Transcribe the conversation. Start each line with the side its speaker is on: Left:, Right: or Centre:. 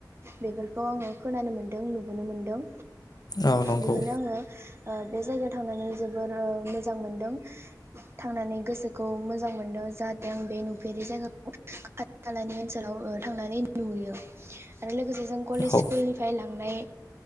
Right: बेफोरखौ आङो खोनानो मोनदों नुबोनो मोनदों
Left: औ नंगौ
Right: बिदिनो आङो ओ बे जायगायाव थांनानै जोबोर मोजां मोनदों थांनानै गोसोखौ मोजां मोनदों जाहाथे आं बे नुफेरि जायगाखौ खाथि खालानि ओनसोलाव थांनानै नुयो आरो लोगो जों कलेज
Left: औ
Right: स्कुलनिफ्राय लां नाय